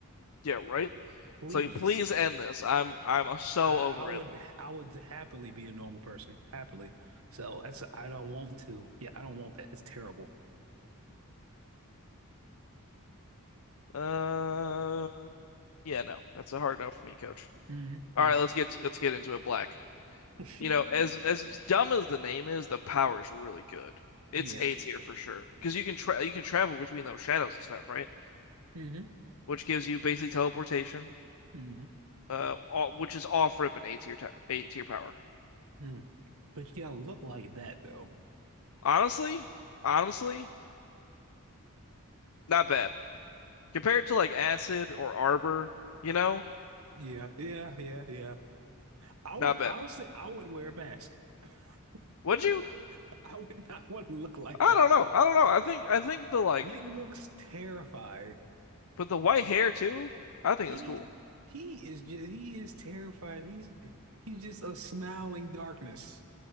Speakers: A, on the left; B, on the right.
A: Yeah, right?
B: Please.
A: It's like, please end this. I'm I'm so
B: I,
A: over
B: I would
A: it.
B: I would happily be a normal person. Happily. So that's I don't want to. Yeah, I don't want that. It's terrible.
A: Uh, yeah, no, that's a hard no for me, coach.
B: hmm
A: All
B: Yeah.
A: right, let's get let's get into it, Black.
B: <laughs>
A: You know, as as dumb as the name is, the power is really good. It's
B: Yeah.
A: A tier for sure because you can tra you can travel between those shadows and stuff, right?
B: hmm
A: Which gives you basically teleportation,
B: hmm
A: uh, all, which is off rip an A tier ta- A tier power.
B: Mm. But you gotta look like that though. <laughs>
A: Honestly, honestly, not bad compared to like Acid or Arbor. You know,
B: Yeah, yeah, yeah, yeah. I
A: not
B: would
A: bad.
B: honestly I would wear a mask. <laughs>
A: Would
B: I would
A: you?
B: wear, I would not want to look like
A: I
B: that.
A: don't know. I don't know. I think I think the like,
B: He looks terrifying.
A: but the white hair too. I think
B: He
A: it's cool.
B: he is just he is terrified. He's he's just a smiling darkness.